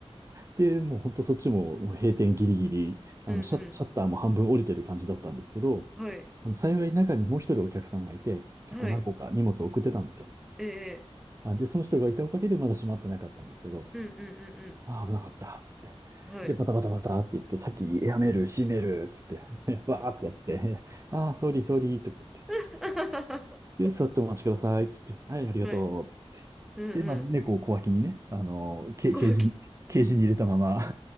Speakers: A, on the right (about 30°); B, in the centre.
A: で、もうほんとそっちも、もう閉店ギリギリ、あの、
B: うん
A: シャッ、シャッターも半分降りてる感じだったんですけど、
B: うん、はい、
A: あの、幸い中にもう一人お客さんがいて、結構何個か荷物を送ってたんですよ。
B: はい、ええ、
A: あ、で、その人がいたおかげでまだ閉まってなかったんですけど、
B: うんうん
A: あー、危なかった、つって。
B: うんうん、はい。
A: で、バタバタバタって言って、さっきやめる、閉める、つって、<laughs> わーってやって、<laughs> あー、ソーリー、ソーリー、とか言って。
B: <laughs>
A: で、座ってお待ちください、つって。はい、ありがとう、
B: はい、
A: つって。
B: うんう
A: で、まあ、猫を小脇にね、あの、け、
B: ん、こうき、
A: ケージに、ケージに入れたまま <laughs>